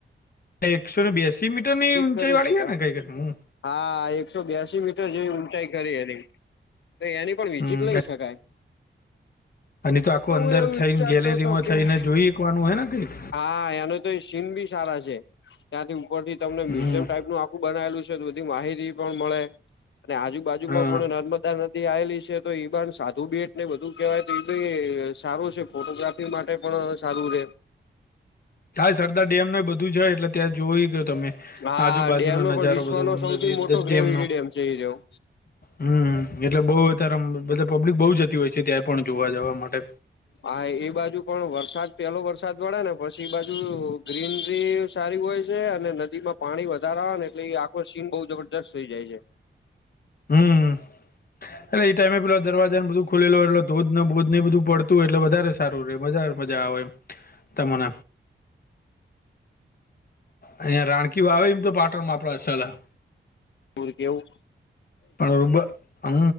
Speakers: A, on the left (about 50°); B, on the left (about 75°).
A: એકસો ને બે્યાસી મીટર ની ઉઊંચાઈ
B: કરી
A: વાળી
B: શકાય
A: છે ને કઈક હું?
B: હા એકસો બ્યાસી મીટર જેવી ઊંચાઈ કરી એની. તો એની પણ વિઝિટ
A: હમ
B: લઈ શકાય.
A: અને તો આખું
B: હું
A: અંદર
B: એવું
A: થઈને
B: વિચારતો
A: ગેલેરીમાં
B: હતો કે
A: થઈને જોઈકવાનું હોય ને કઈક.
B: હા એનું તો સીન બી સારા છે. ત્યાંથી ઉપર થી તમને
A: હમ
B: મ્યુઝિયમ ટાઈપ નું આખું બનાવેલું છે. બધી માહિતી પણ મળે અને આજુબાજુમાં
A: હા
B: પણ નર્મદા નથી આવેલી છે તો ઈબાન સાધુ બેટ ને બધું કેહેવાય તો ઈબ સારું છે ફોટોગ્રાફી માટે પણ સારું રે.
A: થાય સરદાર ડેમ ને બધું બધું જય એટલે ત્યાં જોઈ ગયો તમે
B: હા
A: આજુબાજુનો
B: ડેમ
A: નજારો
B: પણ વિશ્વનો
A: બધો
B: સૌથી
A: અ
B: મોટો
A: દ ડેમનો.
B: ગ્રેવિટી ડેમ છે એ રહ્યો.
A: હમ, એટલે બહ અત્યારે પબ્લિક બહુ જતી હોય છે ત્યાં પણ જોવા જવા માટે.
B: હા એ બાજુ પણ વરસાદ પેલો વરસાદ પડે ને પછી એ બાજુ ગ્રીનરી સારી હોય છે અને નદીમાં પાણી વધારારે આવે ને એટલે એ આખો સીન બઉ જબરજસ્ત થઈ જાય છે.
A: હમ.
B: <unintelligible>
A: એટલે એ ટાઈમે પેલા દરવાજા ને બધું ખુલેલો હો એટલે ધોધ બોધ નને બધું પડતુંય એટલે વધારે સારું રહેે મજાારે મજા આવે. તમના અહીંયા રાણકી વાવે એમ તો પાટણમાં આપડા સલા.
B: પર કેવું?
A: પણ રબા